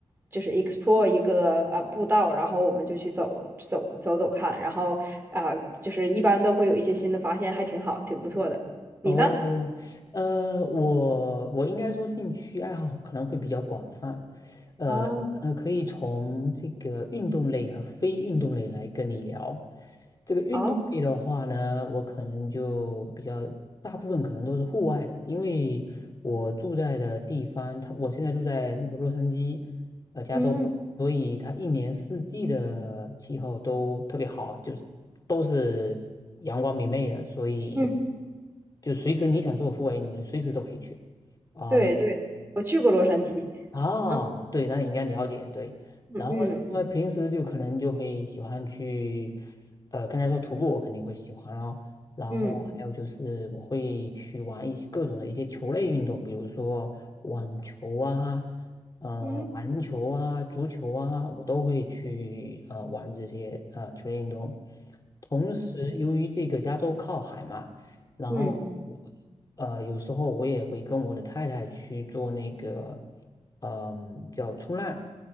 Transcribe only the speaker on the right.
就是 explore 一个啊、步道，然后我们就去走走走走看，然后啊、就是一般都会有一些新的发现，还挺好，挺不错的。你呢？
啊，
好，
嗯
嗯，
对对，我去过洛杉矶，
嗯
嗯嗯。
嗯
嗯
嗯